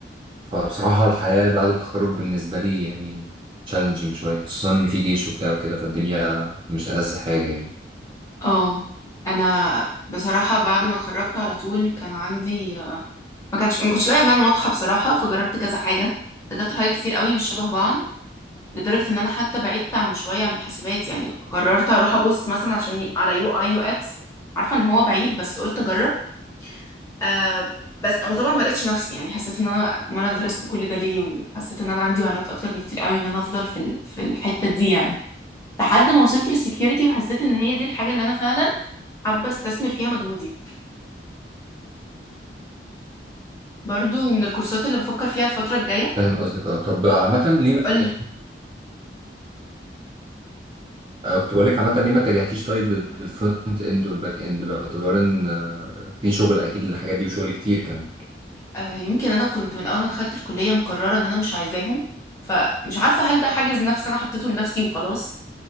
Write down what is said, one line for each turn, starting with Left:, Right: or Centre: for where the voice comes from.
Right: فبصراحه الحياه بعد التخرج بالنسبه لي يعني تشالنجينج شويه خصوصا ان في جيش وبتاع وكده فالدنيا مش ألذ حاجه يعني
Left: اه انا بصراحه بعد ما اتخرجت على طول كان عندي ما كانش ما كنتش لاقيه بلان واضحه بصراحه فجربت كذا حاجه دخلت حاجات كتير قوي مش شبه بعض لدرجه ان انا حتى بعدت عن شويه عن الحاسبات يعني قررت اروح ابص مثلا عشان ي- على يو اي يو اكس عارفه ان هو بعيد بس قلت اجرب آه بس وطبعا ما لقيتش نفسي يعني حسيت ان انا ما انا درست كل ده ليه وحسيت ان انا عندي معلومات اكتر بكتير قوي ان انا افضل في ال- في الحته دي يعني لحد ما وصلت للسكيورتي وحسيت ان هي دي الحاجة اللي انا فعلا حابة استثمر فيها مجهودي برضو من الكورسات اللي بفكر فيها الفترة الجاية
Right: فاهم قصدك اه طب عامه ليه ما اتجهتيش-
Left: قولي
Right: آه، كنت بقول لك عامه ليه ما اتجهتيش طيب للفرونت اند والباك اند باعتبار ان آه، في شغل اكيد للحاجات دي وشغل كتير كمان
Left: آه يمكن انا كنت من اول ما دخلت الكلية مقررة ان انا مش عايزاهم فمش عارفة هل ده حاجز نفسي انا حطيته لنفسي وخلاص